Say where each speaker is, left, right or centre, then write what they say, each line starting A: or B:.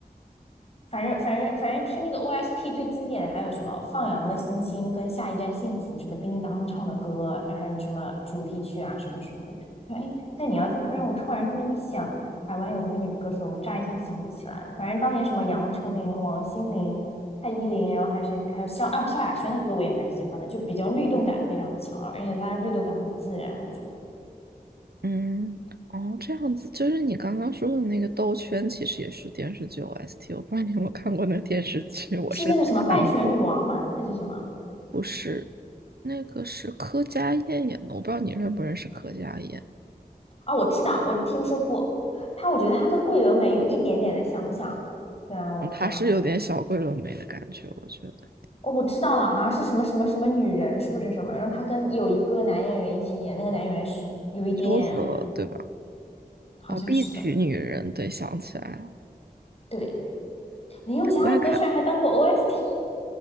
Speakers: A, on the left (about 40°); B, on the right (about 80°).
A: 反正反正反正听那个 OST 最经典的还有什么《放羊的星星》跟《下一站幸福》，什么叮当唱的歌，还有什么主题曲啊什么什么的。哎，但你要这么让我突然这么一想，台湾有什么女歌手，我乍一下想不起来。反正当年什么杨丞琳、王心凌、蔡依林，然后还是还有萧啊萧亚轩的歌，我也蛮喜欢的，就比较律动感非常强，而且她的律动感很自然，我觉得
B: 嗯，哦，这样子，就是你刚刚说的那个《兜圈》，其实也是电视剧 OST。我不知道你有没有看过那个电视剧，我甚至看过。
A: 是那个什么《拜权女王》吗？还是什么？
B: 不是，那个是柯佳燕演的，我不知道你认不认识柯佳燕。
A: 啊，我知道，我听说过它，我觉得它跟桂纶镁有一点点的相像。对啊，我不知道，
B: 嗯她是有点小桂纶镁的感觉，我觉得。
A: 哦，我知道了，好像是什么什么什么女人，是不是什么？然后她跟有一个男演员一起演，那个男演员是有一点点，
B: 邱泽，对吧？
A: 好像是的。
B: 哦，《碧曲女人》，对，想起来了，
A: 对，林宥嘉的歌居然还当过
B: 我也看，
A: OST，